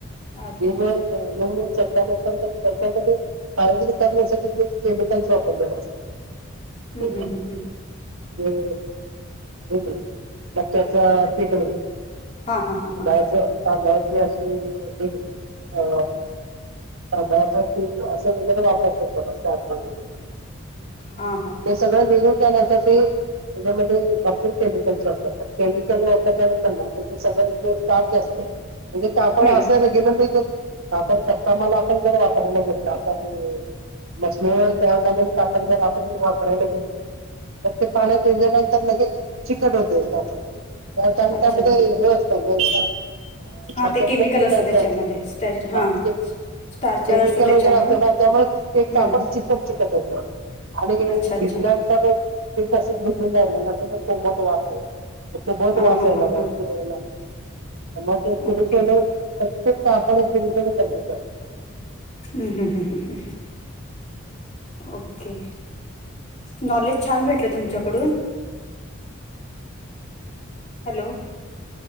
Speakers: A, on the left; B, on the right.
A: अच्छा
B: बीम
A: अच्छा
B: मग लूमवर चढल्यानंतर मग त्याच्यामध्ये सायोज करण्यासाठी केमिकल्स वापरलेलं असतय. <unintelligible>
A: हां
B: ते
A: हां हां
B: हे म्हणा मक्याचा पीठ म्हणा.
A: हां
B: तांदळाच
A: हां
B: तांदळाची अशी अ तांदळाचं पीठ अस वगैरे वापरतात बगा <unintelligible>
A: हां हां
B: ते सगळं निघून जाण्याच ते त्याच्यामध्ये भरपूर केमिकलस वापरतात, केमिकल वापरल्यानंतर ना तेच सगळं एक दिवस स्टार्च असतय. म्हणजे कापड
A: हां
B: अस रेग्युलरली जे वापरतात मला <unintelligible> वापरायला घेतलं आता मी मशनीवर तयार झालेलं कापड आपण वापरायला घेतलं तर ते पाण्यात भीजल्यानंतर लगेच चिकट होतय कापड. कारण
A: अच्छा
B: त्यामध्ये
A: अच्छा
B: हे असतय <unintelligible> अ
A: हां
B: मक्याचं
A: ते केमिकल
B: पीठ
A: असतं
B: <unintelligible>
A: त्याच्यामध्ये
B: त्यात
A: स्टॅच हां स्टार्चर
B: केमिकल
A: असतं त्याच्यामुळं
B: वगैरे असत ना त्यामुळे एक
A: हम्म
B: कापड चिकट चिकट होत. आणि
A: अच्छा अच्छा
B: भिजल्यानंतर ते तसच भिजून राहिल ना त्याच कोमट वास येईल. सुबोध
A: हां
B: वाचायला
A: हां हां
B: लागतय
A: हां
B: <unintelligible> मग ते <unintelligible>
A: ओके
B: प्रत्येक कापडची निघण गरजेचं असतं.
A: ह ह ह ह ह. ओके! नॉलेज छान भेटल तुमच्या कडून. Hello